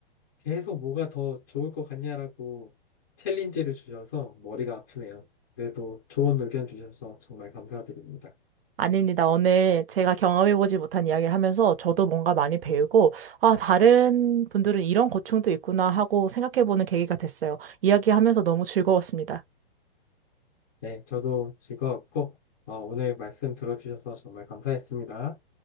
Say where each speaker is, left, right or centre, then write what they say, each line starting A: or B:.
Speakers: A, on the left; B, on the right.
A: 계속 뭐가 더 좋을 것 같냐라고 챌린지를 주셔서 머리가 아프네요. 그래도 좋은 의견 주셔서 정말 감사드립니다.
B: 아닙니다. 오늘 제가 경험해보지 못한 이야기를 하면서 저도 뭔가 많이 배우고, 아, 다른 분들은 이런 고충도 있구나 하고 생각해보는 계기가 됐어요. 이야기하면서 너무 즐거웠습니다.
A: 네, 저도 즐거웠고 어, 오늘 말씀 들어주셔서 정말 감사했습니다.